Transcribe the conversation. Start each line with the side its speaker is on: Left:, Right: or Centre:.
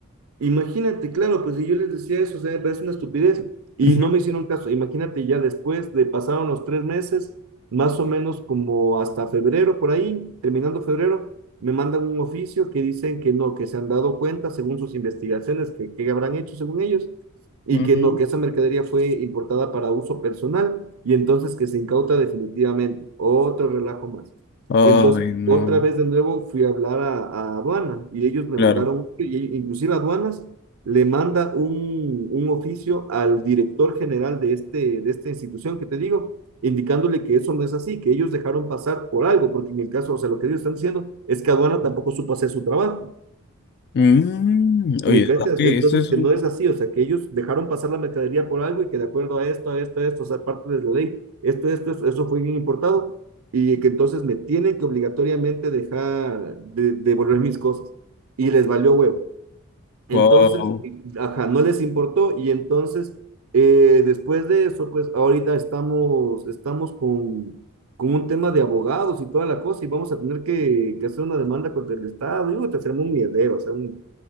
Right: Imagínate, claro, pues si yo les decía eso, o sea, me parece una estupidez y
Left: Ujú.
Right: no me hicieron caso. Imagínate ya después de pasaron los tres meses, más o menos como hasta febrero, por ahí, terminando febrero, me mandan un oficio que dicen que no, que se han dado cuenta según sus investigaciones, que, que habrán hecho según ellos, y
Left: ujú.
Right: que no, que esa mercadería fue importada para uso personal y entonces que se incauta definitivamente. Otro relajo más.
Left: <laughs> Ay,
Right: Entonces,
Left: no.
Right: otra vez de nuevo fui a hablar a, a aduana y ellos me
Left: Claro.
Right: mandaron, y e inclusive aduanas le manda un, un oficio al director general de, este, de esta institución que te digo, indicándole que eso no es así, que ellos dejaron pasar por algo, porque en el caso, o sea, lo que ellos están diciendo es que aduana tampoco supo hacer su trabajo.
Left: Mm,
Right: ¿Me
Left: oye,
Right: cachas?
Left: la verdad que
Right: Entonces,
Left: esto es
Right: que
Left: un...
Right: no es así, o sea, que ellos dejaron pasar la mercadería por algo y que de acuerdo a esto, a esto, a esto, o sea, parte de la ley, esto, esto, esto, eso fue bien importado y que entonces me tienen que obligatoriamente dejar de, devolver mis cosas y les valió huevo. Entonces,
Left: Wow.
Right: ajá, no les importó y entonces, eh, después de eso, pues ahorita estamos, estamos con, con un tema de abogados y toda la cosa y vamos a tener que, que hacer una demanda contra el Estado y uy, te hacemos un miedero, o sea, un,